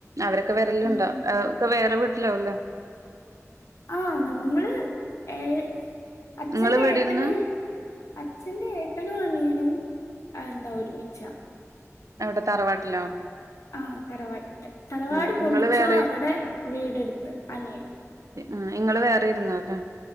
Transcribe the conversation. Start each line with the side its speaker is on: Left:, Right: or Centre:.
Right: അവരൊക്കെ വരലുണ്ടോ
Left: ഉം
Right: ഒക്കെ വേറെ വീട്ടിലാവല്ലേ
Left: ആ നമ്മള് ഏ അച്ഛന്റെ
Right: ഇങ്ങള് വീടിരുന്നാ
Left: ഏട്ടന് അച്ഛന്റെ ഏട്ടനും അനിയനും എന്താ ഒരുമിച്ചാ
Right: അവിടെ തറവാട്ടിലോ
Left: ആ തറവാട്ട് തറവാട്
Right: ആഹ്
Left: പൊളിച്ചു
Right: ഇങ്ങള് വേറെ
Left: അവിടെ വീടെടുത്ത് അനിയൻ
Right: ആ ങ്ങള് വേറെ ഇരുന്നാ ലെ